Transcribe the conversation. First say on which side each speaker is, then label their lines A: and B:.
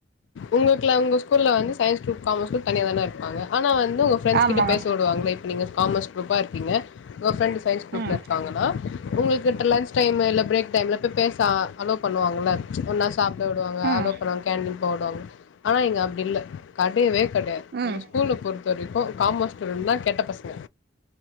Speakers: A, on the left; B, on the right.
A: உங்கக்ளா உங்க ஸ்கூல்ல வந்து சயின்ஸ் க்ரூப் காமர்ஸ் க்ரூப் தனியாதான இருப்பாங்க ஆனா வந்து உ ங்க ஃப்ரண்ட்ஸ்
B: ஆமா
A: கிட்ட பேச விடுவாங்கள நீங்க காமர்ஸ் குரூப்பா இருக்கீங்க உங்க ஃப்ரெண்டு் சயின்ஸ் குரூப்ல
B: ம்
A: இருக்காங்கன்னா உங்கள்கிட்ட லன்ச் டைம் இல்ல ப்ரேக் டைம்ல போய் பேச அலோ பண்ணுவாங்கள்ள ஒன்னா சாப்ட விடுவாங்க
B: ம்
A: அளோ பண்ணுவாங்க கேண்டின் போ விடுவாங்க ஆனா இங்க அப்டில்ல கடையவே கடையாது
B: ம்
A: எங்க ஸ்கூல்ல பொறுத்த வரைக்கு காமர்ஸ் க்ரூப் தா கெட்ட பசங்க